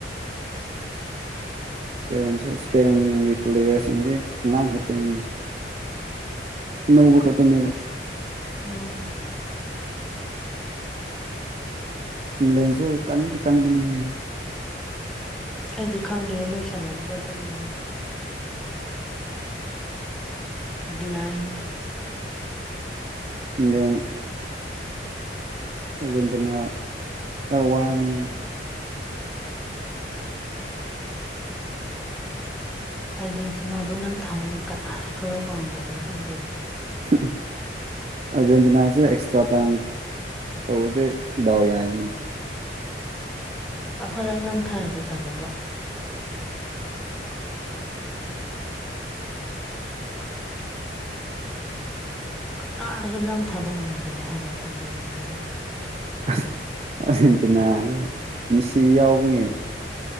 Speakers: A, on the right (about 35°); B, in the centre.
A: ꯁꯄꯦꯟꯁꯨ ꯁꯄꯦꯟꯒꯤ ꯄ꯭ꯂꯦꯌꯔꯁꯤꯡꯗꯤ ꯑꯉꯥꯡꯈꯛꯇꯅꯤꯅꯦ ꯑꯅꯧꯕ ꯈꯛꯇꯅꯦꯕ
B: ꯎꯝ
A: ꯏꯪꯂꯦꯟꯁꯨ ꯀꯟꯗꯤ ꯀꯟꯕꯅꯤꯍꯦ
B: ꯑꯩꯗꯤ ꯈꯪꯗ꯭ꯔꯦ ꯃꯣꯏ ꯁꯥꯟꯅꯕꯗꯣ ꯑꯗꯨꯒꯤꯅꯤꯅꯦ ꯕ꯭ꯂꯥꯏꯟꯅꯦ
A: ꯏꯪꯂꯦꯟ ꯑꯥꯔꯖꯦꯟꯇꯤꯅ ꯈꯔ ꯋꯥꯒꯅꯤ ꯃꯣꯏ
B: ꯑꯥꯔꯖꯦꯟꯇꯤꯅꯥꯕꯨ ꯅꯝꯊꯕ ꯀꯅꯥꯁꯨ ꯂꯣꯛꯂꯛꯄ ꯉꯝꯗꯕ꯭ꯔꯥ ꯈꯪꯗꯦꯕ
A: <unintelligible> ꯑꯥꯔꯖꯦꯟꯇꯤꯅꯥꯁꯦ ꯑꯦꯛꯁꯇ꯭ꯔꯥ ꯇꯥꯏꯝ ꯇꯧꯔꯗꯤ ꯗꯥꯎ ꯌꯥꯏꯅꯦ
B: ꯑꯃꯔꯛ ꯅꯝꯊꯔꯗꯤ ꯐꯗꯧꯕ ꯀꯅꯥꯅꯁꯨ ꯅꯝꯊꯕ ꯉꯝꯗꯔꯦ ꯍꯥꯏꯕ ꯑꯥꯔꯖꯦꯟꯇꯤꯅꯥꯁꯦ
A: ꯑꯁ ꯑꯥꯔꯖꯦꯟꯇꯤꯅꯅ ꯃꯤꯁꯤ ꯌꯥꯎꯕꯒꯤ